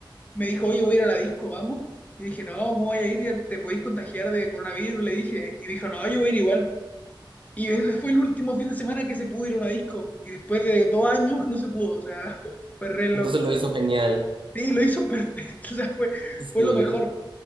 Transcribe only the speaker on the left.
me dijo, oye, voy a ir a la disco, vamos. Y dije, no, ¿cómo voy a ir? Ya te podéis contagiar de coronavirus, le dije. Y dijo, no, yo voy a ir igual. Y ese fue el último fin de semana que se pudo ir a una disco. Y después de dos años no se pudo, o sea, <laughs> fue re loco.
Sí, lo hizo perfecto, <laughs> o sea, fue,
fue lo mejor.